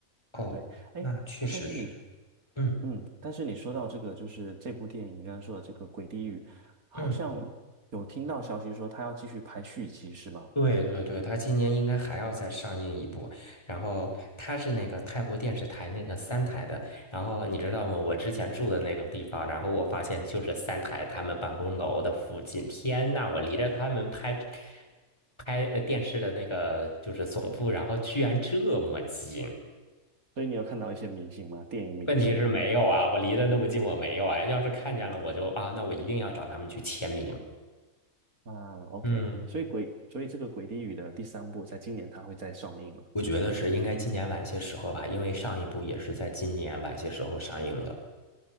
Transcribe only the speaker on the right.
对，哎，
但是你，
嗯，但是你说到这个，就是这部电影，你刚刚说的这个《鬼地语》，好像有听到消息说他要继续拍续集，
是吗？
所以你有看到一些明星吗？电影明星
啊，OK，
所以鬼，所以这个《鬼地语》的第三部在今年它会再上映了，